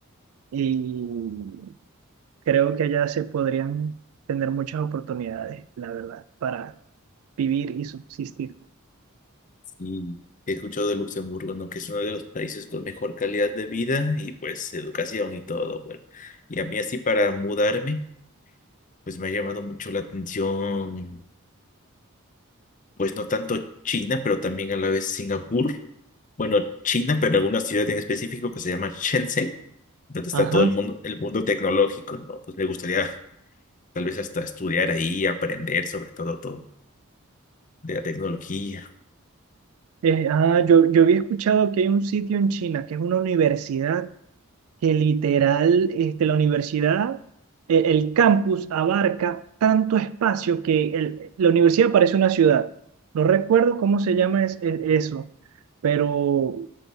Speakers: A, on the right; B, on the left.
A: y creo que allá se podrían tener muchas oportunidades, la verdad, para vivir y subsistir.
B: Y he escuchado de Luxemburgo, ¿no? Que es uno de los países con mejor calidad de vida y pues educación y todo, bueno. Y a mí así para mudarme, pues me ha llamado mucho la atención, pues no tanto China, pero también a la vez Singapur. Bueno, China, pero alguna ciudad en específico que se llama Shenzhen, donde está
A: Ajá.
B: todo el mundo, el mundo tecnológico, ¿no? Pues me gustaría tal vez hasta estudiar ahí, aprender sobre todo todo de la tecnología.
A: Eh, ah, yo, yo había escuchado que hay un sitio en China que es una universidad que literal, este, la universidad, eh, el campus abarca tanto espacio que el- la universidad parece una ciudad. No recuerdo cómo se llama es- es- eso, pero